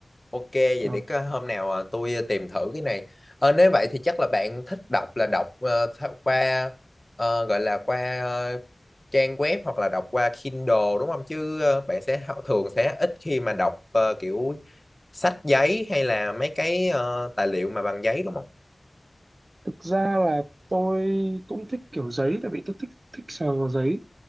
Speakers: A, on the left; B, on the right.
A: Ok, vậy
B: Ờ,
A: để có hôm nào à, tôi à, tìm thử cái này. Ờ, nếu vậy thì chắc là bạn thích đọc là đọc ờ, tha- qua ờ, gọi là qua ờ, trang web hoặc là đọc qua Kindle đúng không? Chứ ờ, bạn sẽ hao- thường sẽ ít khi mà đọc ờ, kiểu sách giấy hay là mấy cái ờ, tài liệu mà bằng giấy đúng không?
B: thực ra là tôi cũng thích kiểu giấy tại vì tôi thích thích sờ vào giấy